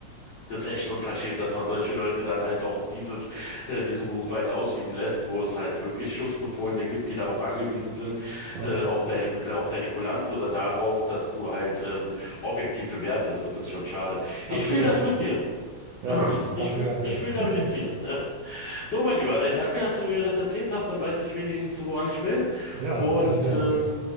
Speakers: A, on the left; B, on the right.
A: Das ist echt unverschämt, dass man solche Leute dann halt auch dieses, äh, diesen Beruf weiter ausüben lässt, wo es halt wirklich Schutzbefohlene gibt, die darauf angewiesen sind,
B: Ja,
A: äh, auf deine, äh, auf deine Kulanz oder darauf, dass du halt, ähm, objektiv bewertest. Das ist schon schade.
B: absolut.
A: Ich fühle das mit dir.
B: Ja,
A: <clears throat> Ich
B: danke,
A: fühle
B: danke.
A: ich fühl da
B: <laughs>
A: mit dir. <laughs> So, mein Lieber, äh, danke, dass du mir das erzählt hast. Dann weiß ich wenigstens, woran ich bin.
B: Ja,
A: Und
B: gerne, gerne.
A: ähm,